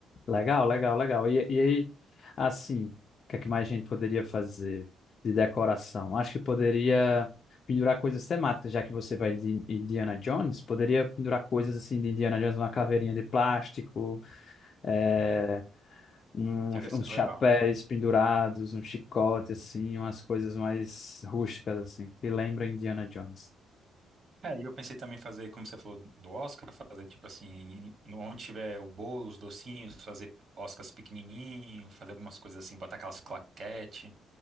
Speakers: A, on the left; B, on the right.
A: Legal, legal, legal. E, e aí, assim, o que é que mais a gente poderia fazer de decoração? Acho que poderia pendurar coisas temáticas, já que você vai de Indiana Jones, poderia pendurar coisas assim de Indiana Jones, uma caveirinha de plástico, eh,
B: Uhum.
A: uns,
B: interessante,
A: uns chapéus
B: legal.
A: pendurados, um chicote, assim, umas coisas mais rústicas, assim, que lembra Indiana Jones.
B: É, e eu pensei também fazer, como você falou do Oscar, fazer tipo assim, no- onde tiver o bolo, os docinhos, fazer Oscars pequenininho, fazer algumas coisas assim, botar aquelas claquete,